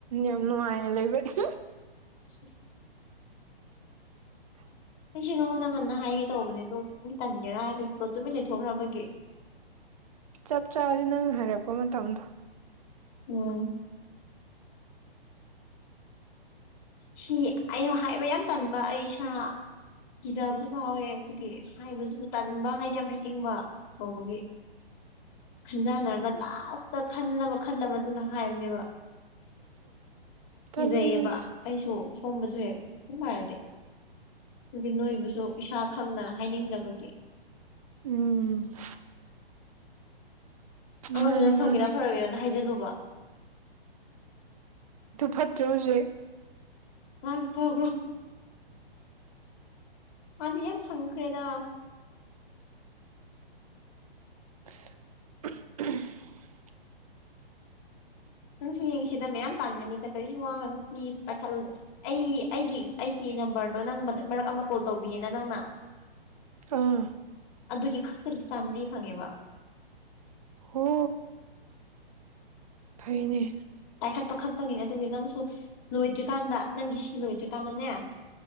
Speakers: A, on the right; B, on the left.
A: ꯌꯥꯝ ꯅꯨꯡꯉꯥꯏꯅ ꯂꯩꯕꯩ ꯍꯝ
B: ꯏꯁ ꯏꯁ <unintelligible>
A: <unintelligible>
B: ꯑꯩꯁꯤ ꯅꯪꯉꯣꯟꯗ ꯉꯟꯅ ꯍꯥꯏꯒꯦ ꯇꯧꯕꯅꯦꯗꯣ ꯅꯪ ꯇꯟꯒꯦꯔꯥ ꯍꯥꯏꯕꯒꯤꯀꯣ ꯇꯨꯃꯤꯟ ꯂꯩꯊꯣꯛꯈ꯭ꯔꯕꯒꯤ꯫
A: ꯆꯞ ꯆꯥꯔꯦ ꯅꯪꯅ ꯍꯥꯏꯔꯛꯄ ꯃꯇꯝꯗꯣ꯫
B: ꯎꯝ꯫ ꯁꯤ ꯑꯩꯅ ꯍꯥꯏꯕ ꯌꯥꯝ ꯇꯟꯕ ꯑꯩ ꯏꯁꯥ꯫ ꯀꯤꯖꯕꯁꯨ ꯐꯥꯎꯑꯦ ꯑꯗꯨꯒꯤ ꯍꯥꯏꯕꯁꯨ ꯇꯟꯕ ꯍꯥꯏꯗꯤ ꯌꯥꯝ ꯍꯥꯏꯅꯤꯡꯕ꯫ ꯀꯧꯕꯒꯤ ꯫ ꯈꯟꯖꯥꯟꯅꯔꯒ ꯂꯥꯁꯇ ꯈꯜꯂꯕ- ꯈꯜꯂꯕ ꯃꯇꯨꯡꯗ ꯍꯥꯏꯕꯅꯦꯕꯥ꯫ ꯀꯤꯖꯩꯑꯥꯕ
A: ꯇꯜꯂꯦꯗ
B: ꯑꯩꯁꯨ ꯁꯤꯒꯨꯝꯕꯁꯨ ꯍꯦꯛ ꯁꯨꯝ ꯍꯥꯏꯔꯗꯤ꯫ ꯑꯗꯨꯒꯤ ꯅꯣꯏꯕꯨꯁꯨ ꯏꯁꯥ ꯈꯪꯅ ꯍꯥꯏꯅꯤꯡꯗꯕꯒꯤ꯫
A: ꯎꯝ <unintelligible>
B: ꯑꯃꯗꯨꯅ
A: ꯃꯥꯅꯦ
B: ꯐꯒꯦꯔꯥ
A: ꯃꯥꯅꯦ
B: ꯐꯔꯣꯏꯒꯦꯔꯅ ꯍꯥꯏꯖꯂꯨꯕ꯫
A: ꯑꯗꯨ ꯐꯠꯇ꯭ꯔꯦ ꯍꯧꯖꯤꯛ꯫
B: ꯃꯥꯒꯤ ꯐꯪꯕ꯭ꯔꯣ? ꯃꯥꯗꯤ ꯌꯥꯝ ꯐꯪꯈ꯭ꯔꯦꯗ꯫
A: <inaudible>
B: ꯅꯪꯁꯨ ꯌꯦꯡꯉꯤꯁꯤꯗ ꯃꯌꯥꯝ ꯄꯥꯟꯒꯅꯤꯗ ꯀꯔꯤꯁꯨ ꯋꯥꯒꯅꯣ ꯃꯤꯒꯤꯗ ꯄꯥꯈꯠꯂꯨꯅꯣ ꯑꯩ- ꯑꯩꯒꯤ -ꯑꯩꯒꯤ ꯅꯝꯕꯔꯗꯣ ꯅꯪ ꯃꯇꯠ- ꯃꯔꯛ ꯑꯃ ꯀꯣꯜ ꯇꯧꯕꯤꯌꯦꯅ ꯅꯪꯅ꯫
A: ꯑꯥ
B: ꯑꯗꯨꯒꯤ ꯈꯛꯇꯗ ꯆꯥꯃꯔꯤ ꯐꯪꯉꯦꯕ꯫
A: ꯍꯣ꯫ ꯐꯩꯅꯦ꯫
B: ꯄꯥꯏꯈꯠꯄ ꯈꯛꯇꯪꯒꯤꯅꯦ ꯑꯗꯨꯒꯤ ꯅꯪꯁꯨ ꯂꯣꯏꯗ꯭ꯔꯤꯀꯥꯟꯗ ꯅꯪꯒꯤ ꯁꯤ ꯂꯣꯏꯗ꯭ꯔꯤ ꯀꯥꯟꯗꯅꯦ꯫